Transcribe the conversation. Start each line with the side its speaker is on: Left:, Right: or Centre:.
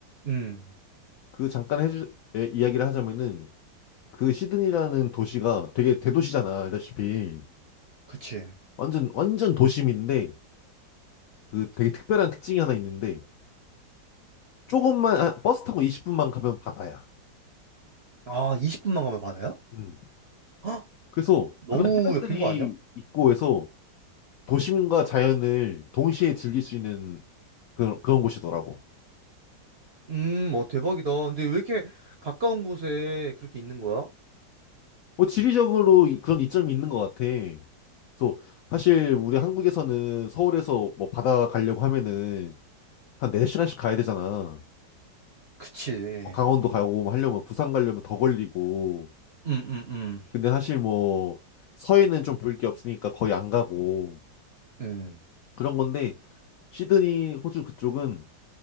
Right: 음,
Left: 그 잠깐 해주, 에, 이야기를 하자면은, 그 시드니라는 도시가 되게 대도시잖아, 알다시피.
Right: 그치.
Left: 완전, 완전 도심인데, 그 되게 특별한 특징이 하나 있는데, 조금만 아, 버스 타고 20분만 가면 바다야.
Right: 아, 20분만 가면 바다야?
Left: 음.
Right: 헉,
Left: 그래서
Right: 너무
Left: 그런 해변들이
Right: 옆인 거 아니야?
Left: 있고 해서 도심과 자연을 동시에 즐길 수 있는 그런, 그런 곳이더라고.
Right: 음, 어, 대박이다. 근데 왜 이렇게 가까운 곳에 그렇게 있는 거야?
Left: 뭐 지리적으로 이- 그런 이점이 있는 것 같아. 그래서 사실 우리 한국에서는 서울에서 뭐 바다 가려고 하면은 한 4시간씩 가야 되잖아.
Right: 그치.
Left: 뭐 강원도 가고 뭐 하려면 부산 가려면 더 걸리고.
Right: 음, 음, 음.
Left: 근데 사실 뭐 서해는 좀 볼 게 없으니까 거의 안 가고
Right: 음.
Left: 그런 건데 시드니 호주 그쪽은